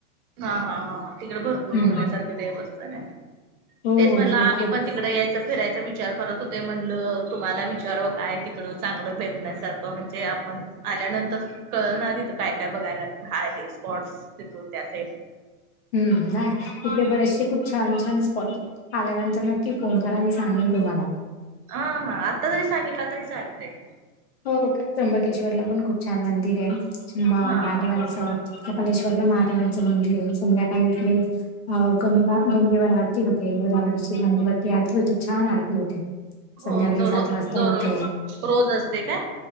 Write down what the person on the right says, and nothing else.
हा हा हा तिकडे भरपूर
बघण्यासारखे देवस्थान आहे.
तेच म्हटलं
आम्ही
पण तिकडे यायचं फिरायचा विचार करत होते म्हणलं, तुम्हाला विचाराव काय तिकडं चांगलं बघण्यासारखं त म्हणजे आपण आल्यानंतर कळ ना तिथं काय काय बघायला हा आहे स्पॉट्स तिथून. त्याच
हा हा आत्ता जरी सांगितल तरी चालतय.
हा हा
हो दरो
दररोज
रोज असते काय?